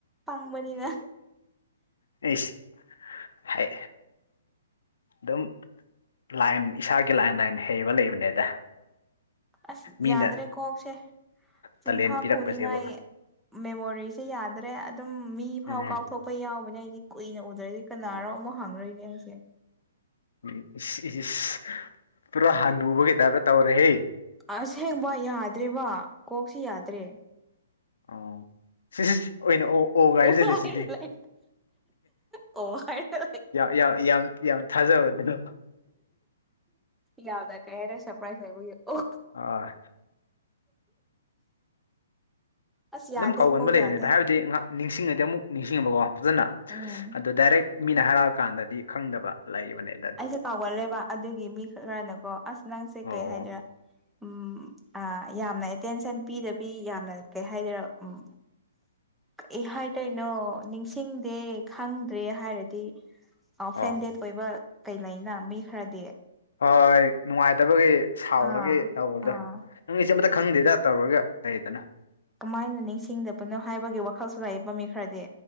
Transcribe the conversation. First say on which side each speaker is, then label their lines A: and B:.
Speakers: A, in the centre; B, on the left.
A: ꯄꯪꯕꯅꯤꯅ
B: ꯏꯁ ꯍꯥꯏ ꯑꯗꯨꯝ ꯂꯥꯏꯟ ꯏꯁꯥꯒꯤ ꯂꯥꯏꯟ ꯂꯥꯏꯟ ꯍꯩꯕ ꯂꯩꯕꯅꯦꯗ
A: ꯑꯁ
B: ꯃꯤꯅ
A: ꯌꯥꯗ꯭ꯔꯦ ꯀꯣꯛꯁꯦ ꯆꯤꯟꯐꯥ
B: ꯇꯥꯂꯦꯟ ꯄꯤꯔꯛꯄꯁꯤꯕꯨ
A: ꯐꯨꯅꯤꯉꯥꯏ ꯃꯦꯃꯣꯔꯤꯁꯦ ꯌꯥꯗ꯭ꯔꯦ ꯑꯗꯨꯝ ꯃꯤ ꯐꯥꯎ
B: ꯎꯝ
A: ꯀꯥꯎꯊꯣꯛꯄ ꯌꯥꯎꯕꯅꯦ ꯍꯥꯏꯗꯤ ꯀꯨꯏꯅ ꯎꯗ꯭ꯔꯗꯤ ꯀꯅꯥꯔꯥꯎ ꯑꯃꯛ ꯍꯥꯡꯅꯣꯏꯅꯦ ꯑꯩꯁꯦ
B: ꯎꯝ ꯏꯁ ꯄꯨꯔꯥ ꯍꯟꯅꯨꯕꯒꯤꯩꯇꯞꯇ ꯇꯧꯔꯦꯍꯦ
A: ꯑꯁꯦꯡꯕ ꯌꯥꯗ꯭ꯔꯦꯕ ꯀꯣꯛꯁꯤ ꯌꯥꯗ꯭ꯔꯦ
B: ꯑꯣ ꯁꯤꯁꯤ ꯑꯣꯏꯅ ꯑꯣ ꯑꯣꯒ ꯍꯥꯏꯁꯤꯂꯦ
A: ꯍꯥꯏꯔ
B: ꯁꯤꯗꯤ
A: ꯂꯩ ꯑꯣ ꯍꯥꯏꯔ
B: ꯌꯥꯝ ꯌꯥꯝ ꯊꯥꯖꯕꯗꯨꯅꯣ
A: ꯌꯥꯝꯅ ꯀꯩ ꯍꯥꯏꯔꯦ ꯁꯔꯄ꯭ꯔꯥꯏꯁ ꯑꯣꯏꯕꯒꯤ ꯑꯣ
B: ꯑ
A: ꯑꯁ
B: ꯑꯗꯨꯝ
A: ꯌꯥꯗꯦ
B: ꯀꯥꯎꯒꯟꯕ
A: ꯀꯣꯛ
B: ꯂꯩꯕꯅꯤꯗ
A: ꯌꯥꯗꯦ
B: ꯍꯥꯏꯕꯗꯤ ꯉꯍꯥꯛ ꯅꯤꯡꯁꯤꯡꯉꯗꯤ ꯑꯃꯨꯛ ꯅꯤꯡꯁꯤꯡꯉꯕꯀꯣ ꯐꯖꯅ
A: ꯑꯣ
B: ꯑꯗꯨꯣ ꯗꯥꯏꯔꯦꯛ ꯃꯤꯅ ꯍꯥꯏꯔꯛꯑꯀꯥꯟꯗꯗꯤ ꯈꯪꯗꯕ ꯂꯩꯕꯅꯦ
A: ꯑꯩꯁꯦ ꯀꯥꯎꯒꯜꯂꯦꯕ ꯑꯗꯨꯒꯤ ꯃꯤ ꯈꯔ ꯈꯔꯅꯀꯣ ꯑꯁ ꯅꯪꯁꯦ
B: ꯑꯣ
A: ꯀꯩ ꯍꯥꯏꯗꯣꯏꯔꯥ ꯎꯝ ꯑ ꯌꯥꯝꯅ ꯑꯦꯇꯦꯟꯁꯟ ꯄꯤꯗꯕꯤ ꯌꯥꯝꯅ ꯀꯩ ꯍꯥꯏꯗꯔ ꯎꯝ
B: <inaudible>
A: ꯀ ꯑꯦ ꯍꯥꯏꯗꯣꯏꯩꯅꯣ ꯅꯤꯡꯁꯤꯡꯗꯦ ꯈꯪꯗ꯭ꯔꯦ ꯍꯥꯏꯔꯗꯤ ꯑ
B: ꯑꯣ
A: ꯐꯦꯟꯗꯦꯠ ꯑꯣꯏꯕ ꯀꯩ ꯂꯩꯅ ꯃꯤ ꯈꯔꯗꯤ
B: ꯍꯣꯏ ꯅꯨꯡꯉꯥꯏꯇꯕꯒꯤ ꯁꯥꯎ꯭ꯔꯒꯤ
A: ꯑꯥ
B: ꯇꯧꯕꯗꯣ
A: ꯑꯥ
B: ꯅꯪꯒꯤꯆꯦ ꯑꯃꯇ ꯈꯪꯗꯦꯗ ꯇꯧꯔꯒ ꯂꯩꯗꯅ
A: ꯀꯃꯥꯏꯅ ꯅꯤꯡꯁꯤꯡꯗꯕꯅꯣ ꯍꯥꯏꯕꯒꯤ ꯋꯥꯈꯜꯁꯨ ꯂꯥꯛꯌꯦ ꯄꯝꯃꯤ ꯈ꯭ꯔꯗꯤ